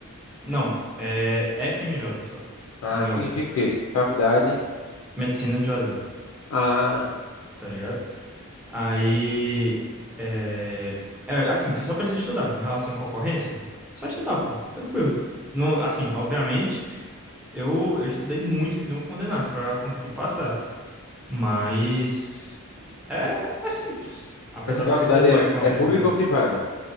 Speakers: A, in the centre; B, on the left.
A: Não, é FMJ só.
B: Ah,
A: Não
B: significa
A: é o.
B: o quê? Faculdade.
A: Medicina de Juazeiro,
B: Ah,
A: tá ligado? Aí. É, é, assim, você só precisa estudar. Em relação à concorrência, só estudar, pô. É tranquilo. No, assim, obviamente, eu, eu estudei muito que não condenado pra conseguir passar. Mas. É, é simples. Apesar
B: essa faculdade
A: de ser complexo
B: é,
A: ao
B: é
A: mesmo
B: pública
A: tempo.
B: ou privada?